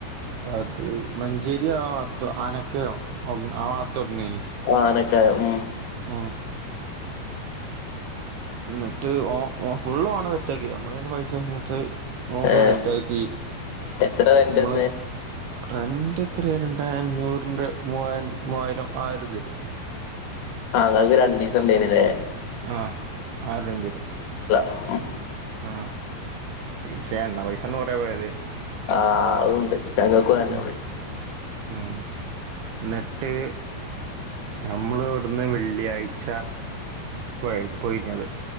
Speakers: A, on the right (about 70°); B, on the left (about 70°).
A: അത് മഞ്ചേരിയോ ത്തോ ആനക്കയോ ആ തൊറന്നിന്
B: ആ ആനക്കയം ഉം
A: ആഹ് എന്നിട്ട് ഓഓ ഫുള്ള് ഓന സെറ്റാക്കി നമ്മള പിന്നെ പൈസത്ത് ഓ
B: ഏഹ്
A: ഫുള്ള് സെറ്റാക്കി
B: എത്ര ന്റന്ന്
A: നമ്മള് റെന്റ് എത്ര രണ്ടേ അഞ്ഞൂറിന്റെ മൂവാരം മൂവായിരം ആ ഒരിത്
B: ആഹ് <unintelligible> രണ്ടീസം <unintelligible>
A: ആഹ് ആലഞ്ചല്
B: ഉം
A: ആ ക്ഷേ എണ്ണ പൈസന്ന കൊറ പോയത്
B: ആ ഉണ്ട് ഞങ്ങൾക്കും അതന്നെ
A: ഉം ഉം എന്നിട്ട് ഞമ്മൾ ഇവിടുന്ന് വെള്ളിയാഴ്ച പോയി പോയിഞ്ഞത്